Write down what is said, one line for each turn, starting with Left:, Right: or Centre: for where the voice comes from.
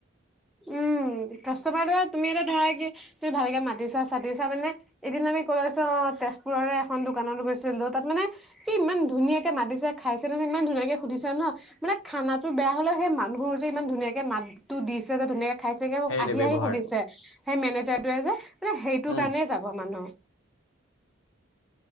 Centre: উম, কাষ্টমাৰ ধৰা তুমিয়ে টো ধৰা কি তুমি ভালকে মাতিছা-চাতিছা মানে এদিন আমি কলৈছো অ' তেজপুৰৰে এখন দোকানত গৈছিলোঁ তাত মানে কি ইমান ধুনীয়াকে মাতিছে খাইছে নহয় ইমান ধুনীয়াকে সুধিছে ন মানে খানাটো বেয়া হলেও সেই মানুহ সুৰ যে ইমান ধুনীয়াকে মাত তু দিছে এটা ধুনীয়া খাইছেগে মোক
Left: সেইটোৱে
Centre: আহি -আহি
Left: ব্যৱহাৰটো
Centre: সুধিছে সেই মেনেজাৰটোয়ে যে মানে সেইটো
Left: উম,
Centre: কাৰণে যাব মানুহ